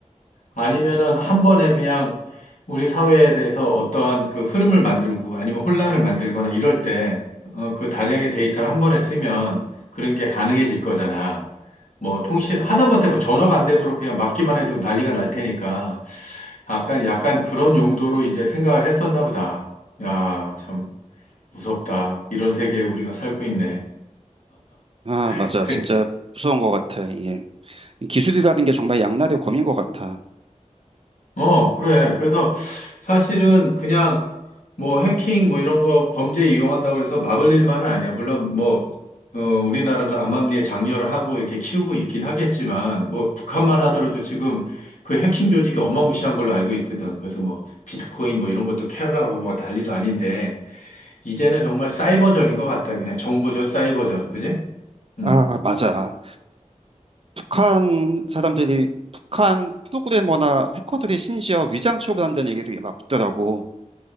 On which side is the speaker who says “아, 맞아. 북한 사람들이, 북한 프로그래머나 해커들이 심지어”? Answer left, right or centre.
Right